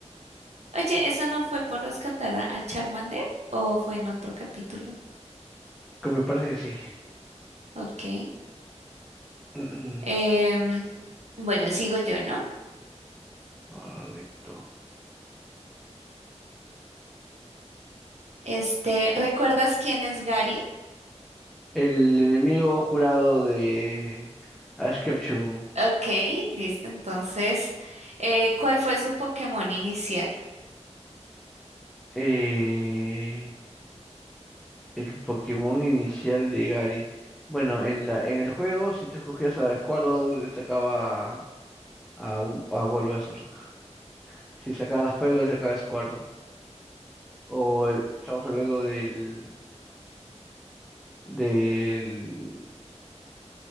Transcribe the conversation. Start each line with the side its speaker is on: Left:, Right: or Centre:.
Right: Oye, ¿eso no fue por rescatar a, a Charmander o fue en otro capítulo?
Centre: Que me parece que sí.
Right: Ok.
Centre: <clears throat>
Right: Em, bueno, sigo yo, ¿no?
Centre: Correcto.
Right: Este, ¿recuerdas quién es Gary?
Centre: El enemigo jurado de Ash Ketchum.
Right: Ok, listo. Entonces, eh, ¿cuál fue su Pokémon inicial?
Centre: Eh, el Pokémon inicial de Gary. Bueno, en la, en el juego, si tú escogías a Squirtle, le sacaba a, Bu- a Bulbasaur. <laughs> Si sacabas fuego, le sacaba a Squirtle. O el- estamos hablando del, del,